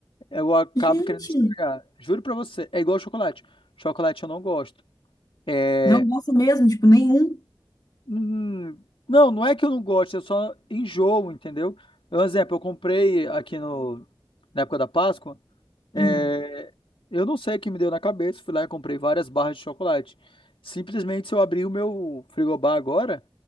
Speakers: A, on the left; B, on the left.
A: Eu acabo
B: Gente,
A: querendo estragar. Juro pra você, é igual chocolate. Chocolate eu não gosto. É.
B: não gosta mesmo, tipo, nenhum.
A: Hum, não, não é que eu não gosto, eu só enjoo, entendeu? Um exemplo, eu comprei aqui no, na época da Páscoa, é,
B: Hum.
A: eu não sei o que me deu na cabeça, fui lá e comprei várias barras de chocolate. Simplesmente, se eu abrir o meu frigobar agora,